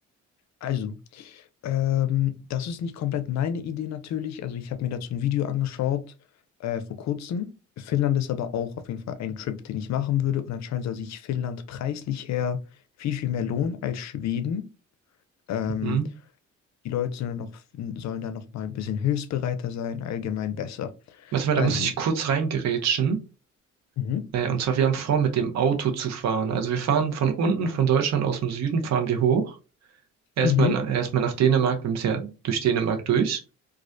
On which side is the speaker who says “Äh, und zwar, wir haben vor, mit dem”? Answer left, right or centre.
Right